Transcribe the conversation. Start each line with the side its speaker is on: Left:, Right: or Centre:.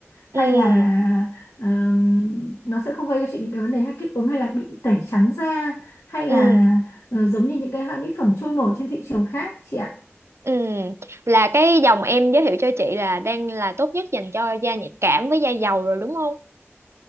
Left: hay
Right: ừ
Left: là ờm, nó sẽ không gây cho chị những cái vấn đề hay kích ứng hay là bị tẩy trắng da hay là
Right: ừ
Left: ờ, giống như những cái hãng mỹ phẩm trôi nổi trên thị trường khác chị ạ
Right: ừ là cái dòng em giới thiệu cho chị là đang là tốt nhất dành cho da nhạy cảm với da dầu rồi đúng không?